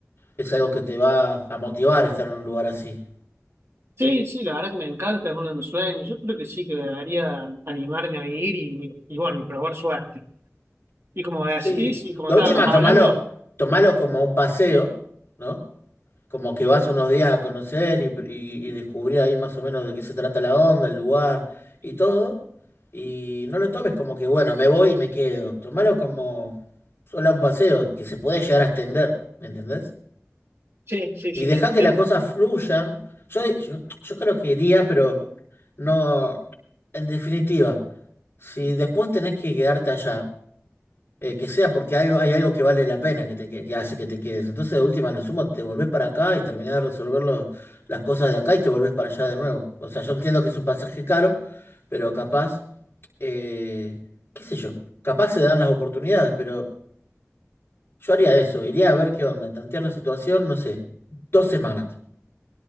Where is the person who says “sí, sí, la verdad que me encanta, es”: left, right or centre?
Right